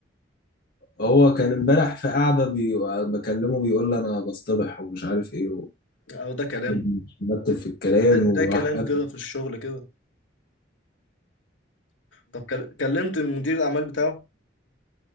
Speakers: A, on the left; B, on the left.
A: هو كان امبارح في قعده بي... بكلمه بيقول لي انا بصطبح ومش عارف ايه
B: او ده كلام
A: وقعد يمثل في الكلام
B: ده,
A: وراح
B: ده كلام
A: قافل.
B: كده في الشغل كده طب كل- كلمت مدير الاعمال بتاعه